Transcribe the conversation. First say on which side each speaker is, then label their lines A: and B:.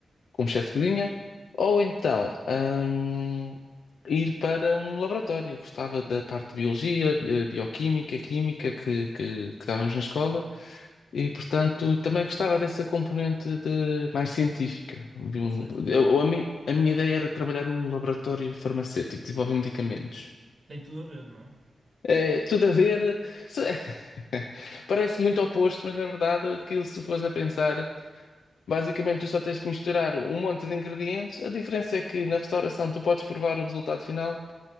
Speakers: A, on the left; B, on the right.
A: como chefe de cozinha, ou então, hum, ir para um laboratório. Gostava da parte de biologia, bi- bioquímica, química que, que, que dávamos na escola. E, portanto, também gostava dessa componente de, mais científica. De um-
B: Ou seja,
A: eu- ou a, mim, a minha ideia era trabalhar num laboratório farmacêutico, desenvolver medicamentos.
B: tem tudo a ver, não é?
A: É, tudo a ver. se- <laughs> Parece muito oposto, mas na verdade, aquilo, se fores a pensar, basicamente tu só tens que misturar um monte de ingredientes. A diferença é que na restauração tu podes provar o resultado final.